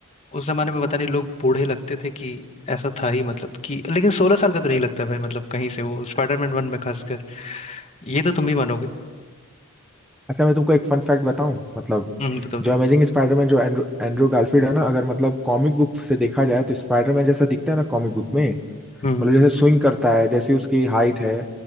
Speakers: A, on the left; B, in the centre.
A: उस जमाने में पता नहीं लोग बूढ़े लगते थे कि ऐसा था ही मतलब कि लेकिन सोलह साल का तो नहीं लगता भाई मतलब कहीं से वो स्पाइडरमैन वन में खासकर ये तो तुम भी मानोगे
B: अच्छा मैं तुमको एक फन फैक्ट बताऊं मतलब
A: हम्म बताओ बताओ
B: जो अमेजिंग स्पाइडरमैन जो एंड्रू एंड्रू गारफील्ड है ना अगर मतलब कॉमिक बुक से देखा जाए तो स्पाइडरमैन जैसा दिखता है ना कॉमिक बुक में
A: हम्म
B: मतलब जैसे स्विंग करता है जैसे उसकी हाइट है